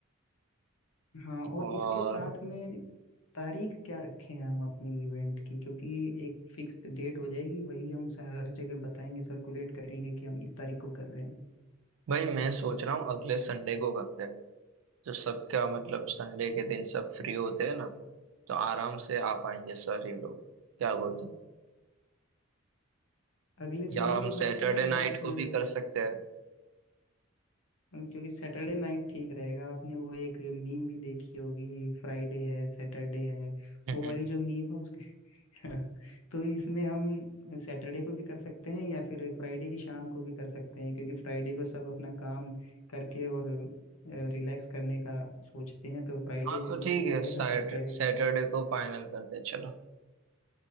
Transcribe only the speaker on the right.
और
भाई मैं सोच रहा हूँ अगले संडे को करते हैं तो सबका मतलब संडे के दिन सब फ्री होते हैं ना तो आराम से आ पाएंगे सर ही लोग क्या बोलते हैं
या हम
सैटरडे
नाइट
को भी कर सकते
हैं
<laughs>
हाँ तो
ठीक
है
सैटरडे
को फाइनल करते हैं, चलो